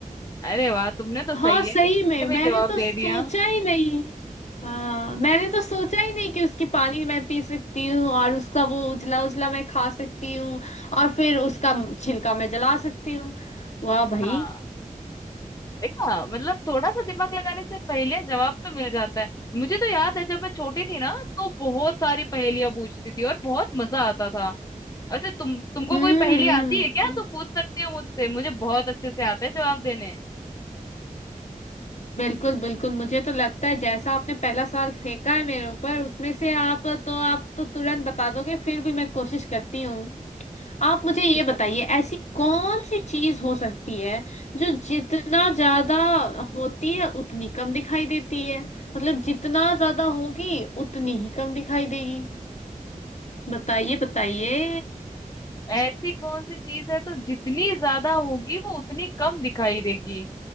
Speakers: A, on the left (about 25°); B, on the left (about 55°).
A: अरे वाह तुमने तो
B: हाँ
A: सही
B: सही
A: है एक से
B: में
A: भी
B: मैंने
A: जवाब
B: तो
A: दे
B: सोचा
A: दिया
B: ही नहीं हाँ मैंने तो सोचा ही नहीं कि उसकी पानी मैं पी सकती हूँ और उसका वो उजला उजला मैं खा सकती हूँ और फिर उसका छिलका मैं जला सकती हूँ वाह भाई
A: हाँ देखा मतलब थोड़ा सा दिमाग लगाने से पहेलियां जवाब तो मिल जाता है मुझे तो याद है जब मैं छोटी थी ना तो बहुत सारी पहेलियां पूछती थी और बहुत मजा आता था अच्छा तुम तुमको
B: हम्म
A: कोई पहेली आती है क्या
B: हम्म,
A: तुम पूछ सकते हो मुझसे मुझे बहुत अच्छे से आता है जवाब देने
B: बिल्कुल बिल्कुल मुझे तो लगता है जैसा आपने पहला सवाल फेंका है मेरे ऊपर उसमें से आप तो आप तो तुरंत बता दोगे फिर भी मैं कोशिश करती हूँ आप मुझे ये
A: ठीक है
B: बताइए
A: पूछे
B: ऐसी कौन सी चीज हो सकती है जो जितना ज्यादा होती है उतनी कम दिखाई देती है मतलब जितना ज्यादा होगी उतनी ही कम दिखाई देगी बताइए बताइए
A: ऐसी कौन सी चीज है तो जितनी ज्यादा होगी वो उतनी कम दिखाई देगी